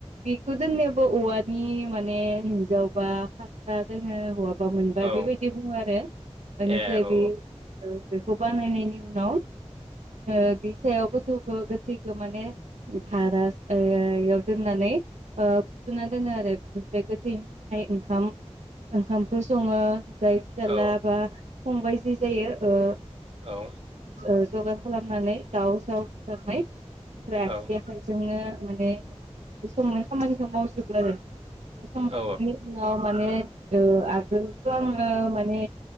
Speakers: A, on the right; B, on the right.
A: बेखौ दोननायावबो औवानि माने हिनजावबा खाथ्रा दोनो हौवा बा मोनबा
B: औ
A: बेबायदि बुङो आरो बेनिफ्राय
B: ए औ
A: बे बेखौ बानायनायनि उनाव ओ बे सायाव गोथौखौ गोथैखौ माने धारा ओ इयाव दोननानै ओ फुथुना दोनो आरो बेनिफ्राय गोथैनि थाखाय ओंखाम ओंखामखौ सङो जाय फिसाला
B: औ
A: बा फंबाय जि जायो ओ
B: औ
A: <unintelligible> जगार खालामनानै दाउ साव बुथारबाय ओमफ्राय
B: औ
A: <unintelligible> आखाइजोंनो माने बे संनाय खामानिखौ मावजोबो आरो <unintelligible>
B: औ
A: उनाव माने ओ आगोलथ' आङो मा माने